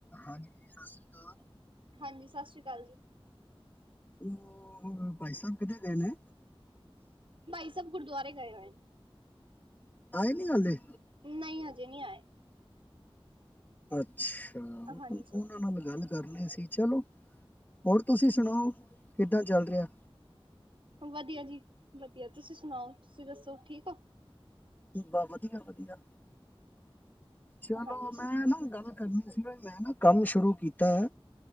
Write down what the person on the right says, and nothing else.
ਹਾਂਜੀ ਸਤਿ ਸ਼੍ਰੀ ਅਕਾਲ ਜੀ।
ਭਾਈ ਸਾਹਿਬ ਗੁਰੂਦੁਆਰੇ ਗਏਂ ਹੋਏ ਨੇ।
ਨਹੀਂ ਹਜੇ ਨਈ ਆਏਂ।
ਹਾਂਜੀ
ਵਧੀਆ ਜੀ, ਵਧੀਆ ਤੁਸੀਂ ਸੁਣਾਓ, ਤੁਸੀਂ ਦੱਸੋ ਠੀਕ ਹੋ?
ਹਾਂਜੀ